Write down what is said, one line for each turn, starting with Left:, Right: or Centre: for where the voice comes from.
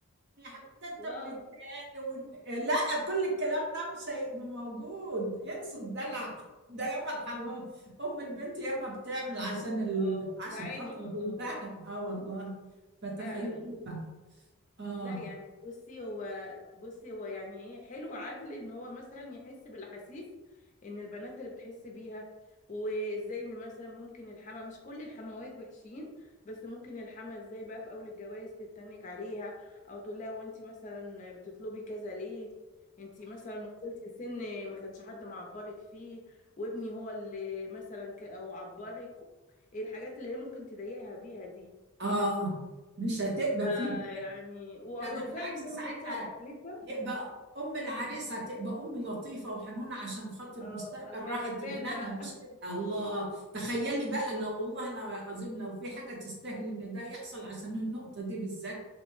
Right: يا حبيبي ده انت
Left: واو
Right: ابن التاني وال- لا كل الكلام ده مش هيبقى موجود ينسوا الدلع ده ياما الحمام ام البنت ياما بتعمل عشان ال...
Left: اه
Right: عشان
Left: بتعاني
Right: خاطر
Left: والله
Right: بنتها اه والله فتخيلي
Left: فعلا
Right: بقى اه
Left: لا يعني بصي هو بصي هو يعني ايه حلو عدل ان هو مثلا يحس بالاحاسيس ان البنات اللي بتحس بيها وازاي ان مثلا ممكن الحما مش كل الحموات وحشين بس ممكن الحما ازاي بقى في اول الجواز تتنك عليها او تقول لها وانت مثلا بتطلبي كذا ليه انت مثلا وصلتي لسن ما كانش حد معبرك فيه وابني هو اللي مثلا ك- هو عبرك ايه الحاجات اللي هي ممكن تضايقها بيها دي
Right: اه مش هتبقى
Left: آه
Right: فيه
Left: يعني ولو
Right: ده ده بالعكس
Left: فعلا
Right: ساعتها
Left: زي ما قلت على التكلفة
Right: يبقى ام العريس هتبقى ام لطيفه وحنونه عشان خاطر
Left: اه
Right: مستقبل
Left: هتبقى
Right: راحه
Left: غلبانة
Right: ابنها
Left: بقى
Right: مش كده الله تخيلي بقى لو والله لو عظيم لو في حاجه تستاهل ان ده يحصل عشان النقطه دي بالذات